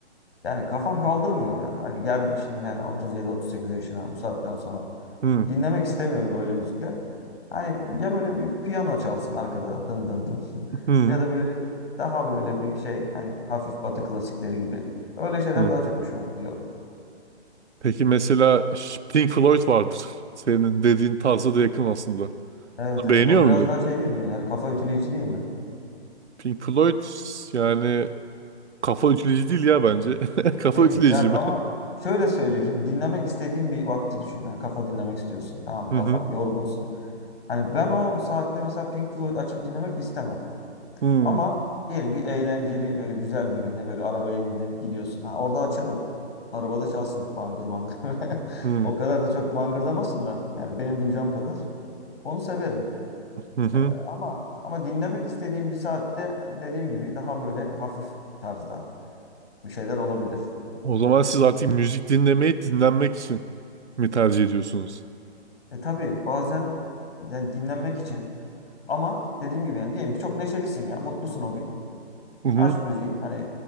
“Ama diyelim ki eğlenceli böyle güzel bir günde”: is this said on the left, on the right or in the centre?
Left